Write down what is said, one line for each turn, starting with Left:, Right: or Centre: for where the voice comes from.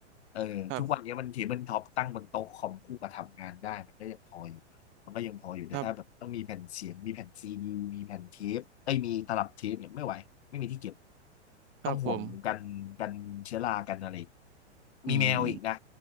Left: เออทุกวันนี้มันเทเบิลท็อปตั้งบนโต๊ะคอมคู่กับทำงานได้มันก็ยังพออยู่มันก็ยังพออยู่แต่ถ้าแบบต้องมีแผ่นเสียงมีแผ่นซีดีมีแผ่นเทปไอ้ยมีตลับเทปเนี่ยไม่ไหวไม่มีที่เก็บ
Right: ครับครับครับผม
Left: ต้องห่วงกันกันเชื้อรากันอะไรอีก
Right: อืม
Left: มีแมวอีกนะ